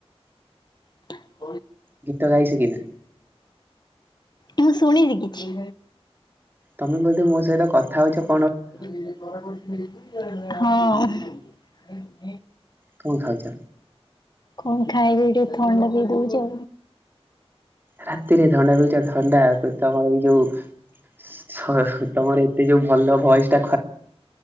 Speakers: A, on the left; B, on the right.
A: <unintelligible>
B: ଗୀତ ଗାଇ ଶିଖିନା।
A: ମୁଁ ଶୁଣିବି କିଛି।
B: ତମେ ବୋଧେ ମୋ ସହିତ କଥା ହୋଉଚ
A: ହଁ।
B: କଣ ଖାଉଛ?
A: କଣ ଖାଇବି ଏଇଠି ଥଣ୍ଡା ଧରି ଦୋଉଚି।
B: ରାଃତିରେ ଥଣ୍ଡା ଧରୁଚି ଆଉ ଥଣ୍ଡା ତ <unintelligible> ତମର ଏଇ ଯୋଉ <unintelligible> ତମର ଏତେ ଯୋଉ ଭଲ ଭଏସଟା।